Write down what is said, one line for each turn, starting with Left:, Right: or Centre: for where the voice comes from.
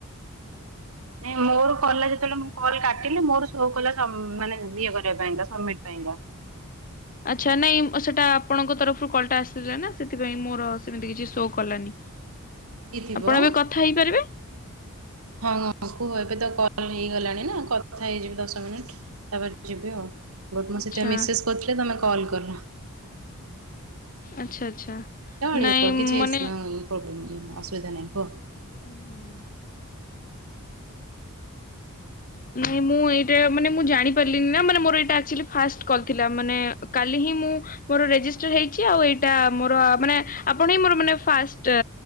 Right: ନାଇଁ ମୋ ତୋ କଲଟା ଯେତେବେଳେ ମୁଁ କଲ କାଟିଲି ମୋର ସୋ କଲ ସ ମାନେ ସମିଟ ପାଇଁ କା।
Left: ହଁ <inaudible> ଆଚ୍ଛା ନାଇଁ ସେଟା ଆପଣଙ୍କ ତରଫରୁ କଲଟା ଆସିଥିଲା ନା ସେଥିପାଇଁ ମୋର ସେମିତି କିଛି ଶୋ କଲାନି। <inaudible>
Right: ହେଇ ଥିବ
Left: ଆପଣ ଏବେ କଥା ହେଇପାରିବେ
Right: ହଁ କୁହ ଏବେ ତ କ କଲ୍ ହେଇଗଲାଣି ନା କଥା ହେଇଯିବି ଦଶ ମିନିଟ୍ ତାପରେ ଯିବି ଆଉ। ବଟ୍ ମୁଁ
Left: ଆଚ୍ଛା।
Right: ସେଟା ମେସେଜ୍ କରିଥିଲେ ତୁମେ କଲ୍ କଲ।
Left: ଆଚ୍ଛା ଆଚ୍ଛା।
Right: ଚଳିବ
Left: ନାଇଁ
Right: କିଛି
Left: ମାନେ
Right: ଫୋବ୍ଲେମ୍ ନାହିଁ ଅସୁବିଧା ନାହିଁ କୁହ।
Left: ହୁଁଉ। <inaudible> ନାଇଁ ମୁଁ ଏଇଟା ମାନେ ମୁଁ ଜାଣି ପାରିଲିନି ନା ମାନେ ମୋର ଏଟା ଏକ୍ଚୁଲି ଫାଷ୍ଟ କଲ୍ ଥିଲା ମାନେ କାଲି ହିଁ ମୁଁ ମୋର ରେଜିଷ୍ଟର୍ ହେଇଛି ଆଉ ଏଇଟା ମୋର ମାନେ ଆପଣ ହିଁ ମୋର ମାନେ ଫାଷ୍ଟ